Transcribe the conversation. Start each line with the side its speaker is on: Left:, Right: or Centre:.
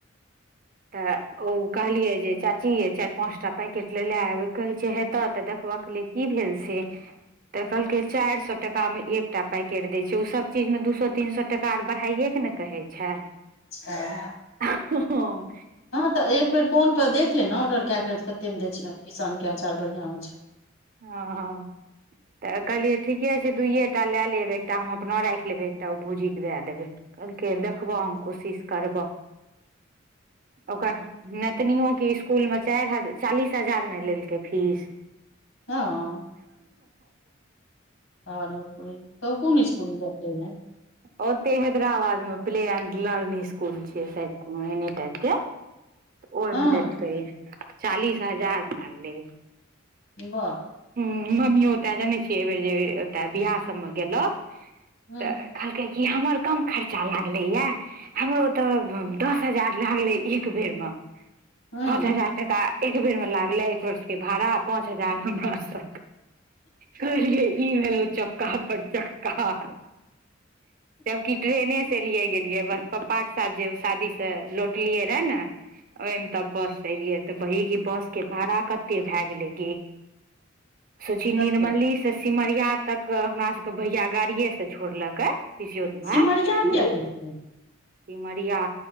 Left: <inaudible>
Right: तऽ ओ कहलियै जे चाची ये चारि पाँच टा पैकेट लऽ लऽ आब कहै छै हेतऽ तऽ देखब की भेल से तऽ कहलकै चारि सए टका मे एकटा पैक करि दै छै ओ सभ चीजमे दू सए तीन सए टाका आर बढ़ाइके ने कहै छै
Left: ह
Right: हँ
Left: हँ तऽ एक बेर फोन पर देख ले ने ऑर्डर कऽ कतेकमे दै छै किसानके अचार बढ़िआँ होइ छै
Right: हँ हँ तऽ कहलियै ठीके छै दुइए टा लए लेब एकटा हम अपना राखि लेबै टा ओ भौजीके दऽ देबै कहलक देखबह हम कोशिश करबह ओक नतिनिओके इसकुलमे चालीस हजार ने लेलकै फीस
Left: हँ आर कोन स्कूलमे बुझि
Right: ओते हैदराबादमे प्ले एंड लर्निंग स्कूल छै सायद कोनो एने टाइपके
Left: <inaudible>
Right: तऽ ओहिमे
Left: हँ
Right: देलकै चालीस हजार लागलै
Left: बाह
Right: हँ मम्मियो ओतऽ जनै छियै एहिबेर जे ओतऽ बिआह सबमे गेलखिन
Left: हँ
Right: तऽ कहलकै जे हमर कम खर्चा लागलै यऽ हमरो ओ तऽ दस हजार लागलै एक बेर मे
Left: हँ
Right: पाँच हजार टाका आ एक बेरमे लगलैए बसके भाड़ा पाँच हजार बस स कहलियै ई भेलो चक्का पर चक्का
Left: <inaudible>
Right: जबकि ट्रेनेसँ एलियै गेलियै बस पप्पाके साथ जे शादीसँ लौटलियै रहए ने ओहिमे तब बस एलियै रे तऽ वही की बसके भाड़ा कते भऽ गेलै सची
Left: कते
Right: निर्मली से ओहिमे तब बस एलियै रे तऽ वही की बसके भाड़ा कते भऽ गेलै पितियौत भाय
Left: सिमरिया
Right: सिमरिया
Left: किया गेलही